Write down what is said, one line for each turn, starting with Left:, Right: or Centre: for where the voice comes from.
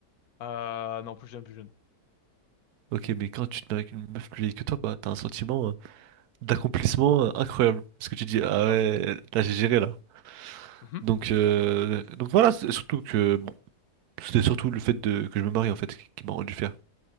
Left: Euh, non, plus jeune, plus jeune.
Right: Ok, mais quand tu te mets avec une meuf plus vieille que toi, bah t'as un sentiment euh, d'accomplissement euh, incroyable. Parce que tu dis, ah
Left: D'accord?
Right: ouais, là j'ai géré là.
Left: Mhm.
Right: Donc, euh, donc voilà, c'est- surtout que. bon, C'était surtout le fait de, que je me marie en fait qui qui m'a rendu fier.